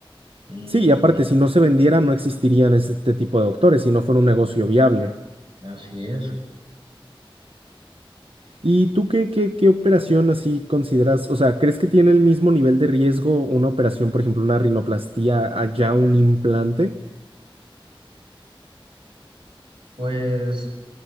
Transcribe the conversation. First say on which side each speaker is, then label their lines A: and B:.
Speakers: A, on the right (about 65°); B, on the right (about 80°).
A: Y
B: Sí, y aparte, si no se vendiera, no existirían este tipo de doctores, si no fuera un negocio viable.
A: así es.
B: ¿Y tú qué, qué, qué operación así consideras? O sea, ¿crees que tiene el mismo nivel de riesgo una operación, por ejemplo, una rinoplastía, allá un implante?
A: Pues